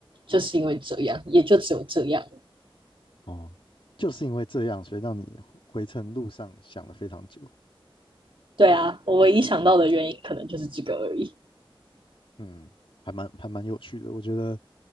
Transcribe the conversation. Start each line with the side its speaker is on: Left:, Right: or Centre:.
Right: 就是因为这样，也就只有这样。
Left: 哦，就是因为这样，所以让你回程路上想了非常久，
Right: 对啊，我唯一想到的原因可能就是这个而已。
Left: 一嗯，还蛮还蛮有趣的，我觉得